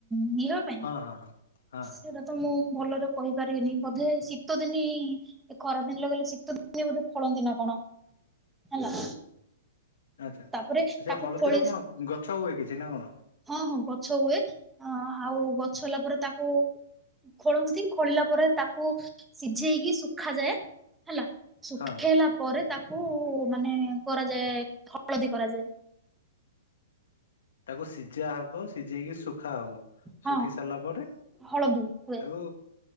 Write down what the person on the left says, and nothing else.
ହଁ ହଁ ହଁ
ହଁ
ଆଚ୍ଛା
ସେ
ହଳଦୀର
କଣ ଗଛ ହୁଏ କିଛି ନା କଣ?
ହଁ
ତାକୁ ସି ସିଝା ହବ ସିଝେଇକି ଶୁଖା ହବ
ଶୁଖି ସାରିଲା ପରେ
ତାକୁ